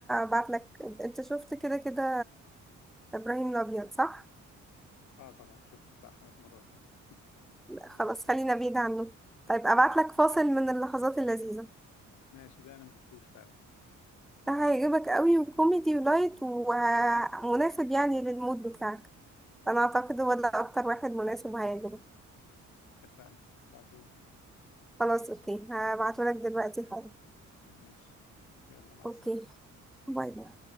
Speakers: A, in the centre; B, on the left.
A: بعت لك انت شفت كده كده ابراهيم الابيض صح
B: اه طبعا شفته بتاع خمس مرات مثلا.
A: لا، خلاص خلينا بعيد عنه طيب ابعت لك فاصل من اللحظات اللذيذه
B: ماشي ده انا ما شفتوش فعلا
A: ده هيعجبك قوي وكوميدي ولايت ومناسب يعني للمود بتاعك انا اعتقد هو ده اكتر واحد مناسب وهيعجبك
B: اتفقنا ابعتهولي
A: خلاص اوكي هبعتهولك دلوقتي حالا
B: ماشي يلا مع السلامة
A: اوكي باي باي